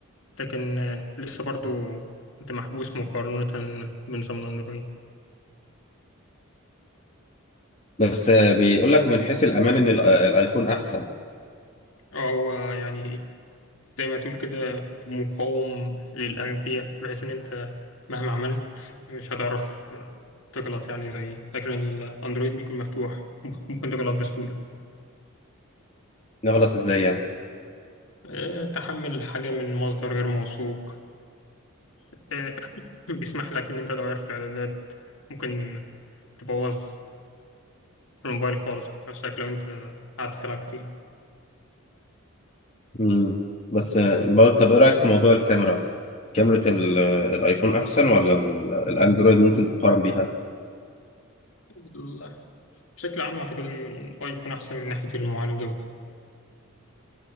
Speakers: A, on the left; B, on the left.
A: لكن آه، لسه برضو أنت محبوس مقارنة بنظام الأندرويد
B: بس آه، بيقول لك من حيث الامان ان ال- الايفون احسن
A: هو يعني زي ما تقول كده مقاوم للأغبياء بحيث إن أنت مهما عملت مش هتعرف آه، تغلط يعني زي لكن الأندرويد بيكون مفتوح ممكن ممكن تغلط بسهولة
B: نغلط ازاي يعني
A: آه، تحمل حاجة من مصدر غير موثوق آه، <clears throat> بيسمح لك إن أنت تغير في الإعدادات ممكن تبوظ الموبايل خالص بنفسك لو أنت قعدت تلعب كتير
B: امم بس آه، برضه- طب ايه رايك في موضوع الكاميرا كاميرا ال- الايفون احسن ولا ال- الاندرويد ممكن تقارن بيها
A: ال- بشكل عام أعتقد إن الأيفون أحسن من ناحية المعالجة وكده